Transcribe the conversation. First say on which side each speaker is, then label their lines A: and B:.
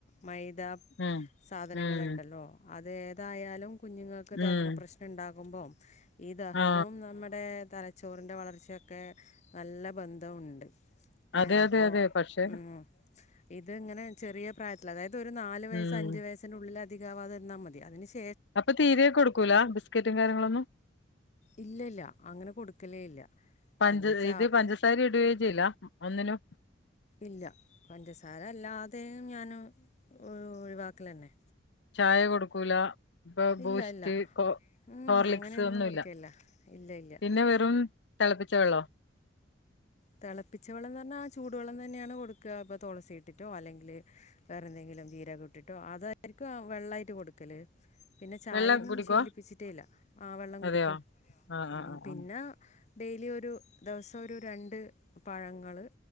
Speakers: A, on the left; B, on the left.
A: മൈദ
B: ഉം
A: സാധനങ്ങൾ
B: ഉം
A: ഇണ്ടല്ലോ അതേതായാലും കുഞ്ഞുങ്ങൾക്ക്
B: ഉം
A: ദഹന പ്രശ്നം ഇണ്ടാകുമ്പോ ഈ ദഹനവും
B: ആ
A: നമ്മുടെ തലച്ചോറിൻ്റെ വളർച്ചയൊക്കെ നല്ല ബന്ധവുണ്ട്
B: അതെ
A: ഏ അപ്പോ
B: അതെ അതെ പക്ഷെ
A: ഉം ഇത് ഇങ്ങനെ ചെറിയ പ്രായത്തിൽ അതായത് ഒരു നാല് വയ
B: ഉം
A: സ് അഞ്ച് വയസ്സിനുള്ളിൽ അധികാവാതെ ഇര്ന്നാ മതി അതിന് ശേ
B: അപ്പ തീരെ കൊട്ക്കൂലാ ബിസ്കറ്റും കാര്യങ്ങളൊന്നും
A: ഇല്ല ഇല്ല അങ്ങനെ കൊട്ക്കലേ ഇല്ല
B: പഞ്ച
A: എന്താ വെച്ചാൽ
B: ഇത് പഞ്ചസാര ഇടുവേ ചെയില്ല ഒന്നിനും
A: ഇല്ല പഞ്ചസാര അല്ലാതെയും ഞാൻ ഒഴ് ഒഴിവാക്കലെന്നെ
B: ചായ കൊടുക്കൂലാ ഇപ്പ ബൂസ്റ്റ്
A: ഇല്ല ഇല്ല
B: കോ
A: ഉം,
B: ഹോർലിക്സ്
A: അങ്ങനെയൊന്നും
B: ഒന്നും
A: കൊടുക്കുകയില്ല
B: ഇല്ല
A: ഇല്ല ഇല്ല
B: പിന്നെ വെറും തെളപ്പിച്ച വെള്ളോ
A: തെളപ്പിച്ച വെള്ളന്ന് പർണാ ചൂടുവെള്ളം തന്നെയാണ് കൊട്ക്കാ ഇപ്പ തൊളസി ഇട്ടിട്ടോ അല്ലെങ്കിൽ വേറെ എന്തെങ്കിലും ങ്കിലും ജീരകം ഇട്ട്ട്ടോ അതായിരിക്കും വെള്ളായിട്ട് കൊട്ക്കൽ പിന്നെ ചായയൊന്നും
B: വെള്ളം കുടിക്കുവോ
A: ശീലിപ്പിച്ചിട്ടേ ഇല്ല ആ വെള്ളം കുടിക്കും
B: അതെയോ ആ ആ
A: ഉം
B: ആ
A: പിന്നെ
B: ആ
A: ഡെയിലി ഒരു ദിവസം ഒരു രണ്ട് പഴങ്ങൾ